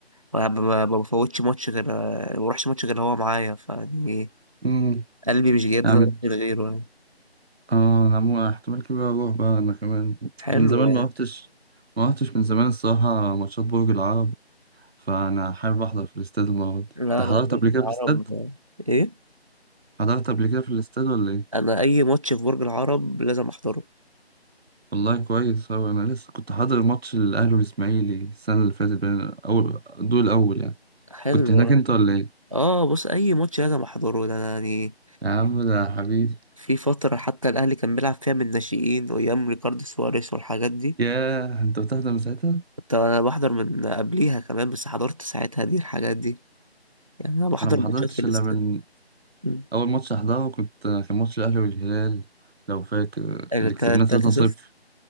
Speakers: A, on the right; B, on the right.
A: ما ب- ما ما بفوتش ماتش غير ما بروحش ماتش غير هو معايا فيعني إيه،
B: امم
A: قلبي مش جايبني
B: يا عم
A: اروح من غيره يعني
B: اه انا مو احتمال كبير اروح بقى انا كمان
A: حلو
B: من زمان
A: يعني
B: ما رحتش ما رحتش من زمان الصراحه ماتشات برج العرب فانا حابب احضر في الاستاد المره دي
A: لا
B: انت
A: لا
B: حضرت
A: برج
B: قبل كده
A: العرب
B: في الاستاد
A: ايه
B: حضرت قبل كده في الاستاد ولا ايه
A: انا اي ماتش في برج العرب لازم احضره
B: والله كويس أوي أنا لسه كنت حاضر ماتش الأهلي والإسماعيلي السنة اللي فاتت بين أول دول أول يعني
A: حلو
B: كنت هناك أنت ولا إيه؟
A: اه بص اي ماتش لازم احضره ده أنا يعني
B: يا عم ده حبيبي
A: في فترة حتى الأهلي كان بيلعب فيها من الناشئين وأيام ريكاردو سواريز والحاجات دي
B: ياه أنت بتحضر من ساعتها؟
A: كنت أنا بحضر من قبليها كمان بس حضرت ساعتها دي الحاجات دي يعني أنا بحضر
B: انا ما
A: ماتشات
B: حضرتش
A: في الاستاد
B: الا من
A: مم.
B: اول ماتش احضره كنت كان ماتش الاهلي والهلال لو فاكر
A: التا-
B: اللي كسبناه
A: التالتة
B: 3-0
A: صفر